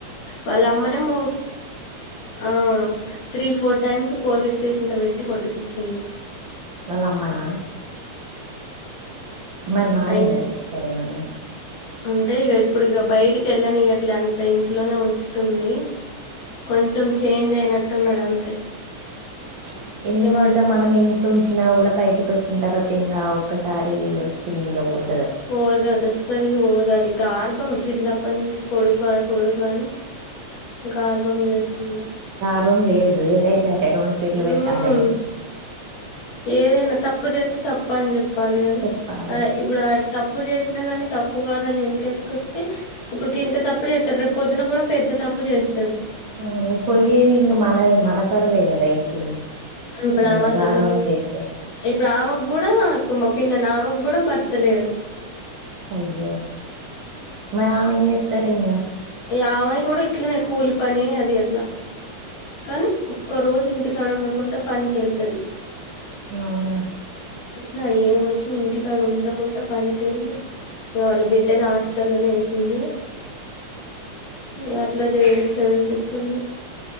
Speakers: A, on the left (about 80°); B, on the right (about 60°).
A: వాళ్ళ అమ్మనే ము ఆ three, four times police station లో పెట్టి కొట్టిపించింది.
B: వాళ్లమ్మనా మరి మారిండా
A: ఆయనని
B: సిస్టర్ ఏమన్న?
A: అంటే ఇగ ఇప్పుడు ఇగ బైటికిలేనియట్లే అంత ఇంట్లోనే ఉంచుతుంది. కొంచెం చేంజ్ అయినటున్నాడు అంతే.
B: హ్మచ్ ఎంత
A: ఇగ వాడు ఫు-
B: మనం ఇంట్లోంచిన కూడా బైటిక్ కొచ్చిన తర్వాత ఇంగ ఒక్కసారి వచ్చింది ఇంగ బొద్
A: పోదది అసలుకి పొదది గర్భమ్ చిన్నప్పటి నుంచి కొడుకు ఆన్ పోడు గాని ఇంకా గర్భమ్ చేసుకున్న
B: గర్భమ్ చేయద్దు ఏద్ అయితే అది రెండు పేట్లు
A: ఉమ్
B: పెట్టాలె.
A: ఏదైనా తప్పు చేస్తే తప్పు అని చెప్పాలి గని
B: చెప్పాలి
A: ఆ ఇప్పుడు ఆ తప్ తప్పు చేసినా గని తప్పు కదాని వెనకేసుకొత్తే ఇప్పుడు గింత తప్పు చేస్తాడు రేపు పొద్దున కూడా పెద్ద తప్పు తప్పు చేస్తాడు
B: ఔన పొయ్యేది ఇంగ మన మనపరువే గదా ఇప్పుడు.
A: ఇప్పుడమసలూ
B: ఇంకా గర్వం చేస్తే
A: ఇప్పుడామ గుడా ఇప్పు మా పిన్న నామక్ గుడా భర్తలేడు
B: అయ్యో మరి ఆమెంజేస్తారు ఇంగా
A: ఇగ ఆమై కూడా ఇట్లనే కూలి పని అది అట్లా కానీ ఒక్క రోజు ఇంటికాడ ఉండకుండా పనికెళ్తది
B: అవునా
A: నా ఏమొచ్చిన ఇంటికాడుండకుండా పనికెళ్లి ఇగ వాళ్ళ బిడ్డని హస్టల్లోనే వేసింది ఇగ అట్లా జేయి చదివిపిస్తుంది